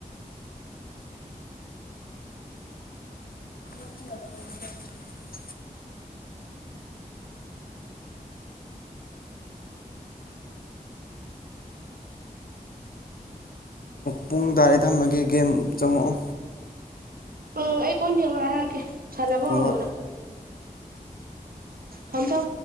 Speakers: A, on the left (about 75°); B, on the right (about 75°).
A: ꯑ ꯄꯨꯡ ꯇꯔꯦ ꯊꯝꯃꯒꯤ ꯒꯦꯝ ꯆꯪꯉꯛꯑꯣ
B: ꯎꯝ ꯑꯩ ꯀꯣꯟ ꯐꯦꯡ ꯂꯣꯏꯔꯒ ꯍꯥꯏꯔꯛꯀꯦ ꯁꯥꯟꯅꯕ
A: ꯍꯣꯏ
B: ꯍꯧꯔꯝꯃꯣ
A: ꯍꯣꯏ
B: ꯅꯣꯏ ꯍꯪꯖ